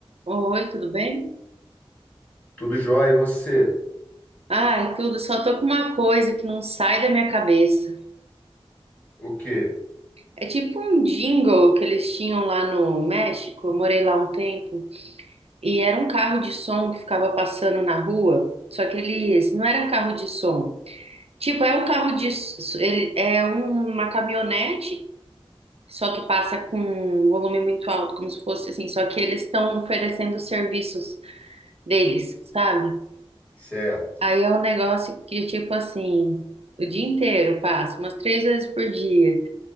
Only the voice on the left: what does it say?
Tudo jóia, e você?
O quê?
Certo.